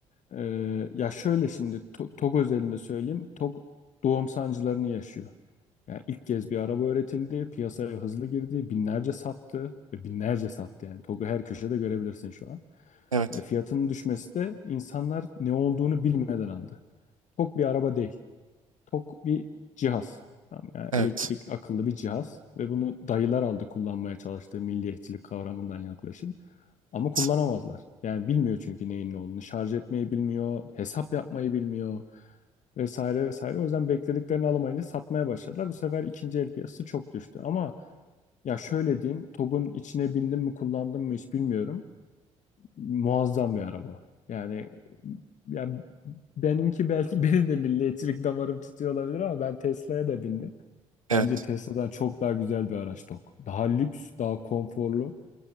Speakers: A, on the left; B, on the right.
A: Ee, ya şöyle şimdi To- TOG özelinde söyleyeyim. TOG doğum sancılarını yaşıyor. Yani ilk kez bir araba üretildi. Piyasaya hızlı girdi. Binlerce sattı. Ve binlerce sattı yani. TOG'u her köşede görebilirsin şu an.
B: Evet.
A: E, fiyatının düşmesi de insanlar ne olduğunu bilmeden aldı. TOG bir araba değil. Tok bir cihaz. Tamam, Yani
B: Evet.
A: elektrik akıllı bir cihaz ve bunu dayılar aldı kullanmaya çalıştığı milliyetçilik kavramından yaklaşım. Ama
B: Evet.
A: kullanamazlar. Yani bilmiyor çünkü neyin ne olduğunu. Şarj etmeyi bilmiyor, hesap yapmayı bilmiyor vesaire vesaire. O yüzden beklediklerini alamayınca satmaya başladılar. Bu sefer ikinci el piyasası çok düştü. Ama ya şöyle diyeyim, TOG'un içine bindim mi kullandım mı hiç bilmiyorum muazzam bir araba. Yani yani benimki belki <laughs> benim de milliyetçilik damarım tutuyor olabilir ama ben Tesla'ya da bindim.
B: evet.
A: Bence Tesla'dan çok daha güzel bir araç tok. Daha lüks, daha konforlu,